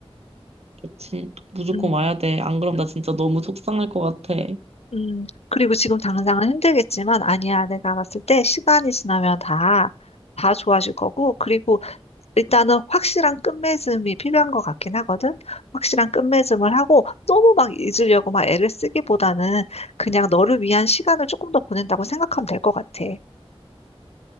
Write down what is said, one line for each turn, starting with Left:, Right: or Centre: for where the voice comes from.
Right: 그치. 무조건
Left: 음,
Right: 와야 돼. 안 그럼 나 진짜 너무 속상할 것 같아.
Left: 음. 그리고 지금 당장은 힘들겠지만 아니야. 내가 봤을 때 시간이 지나면 다, 다 좋아질 거고. 그리고 일단은 확실한 끝맺음이 필요한 것 같긴 하거든. 확실한 끝맺음을 하고 너무 막 잊으려고 막 애를 쓰기보다는 그냥 너를 위한 시간을 조금 더 보낸다고 생각하면 될 것 같아.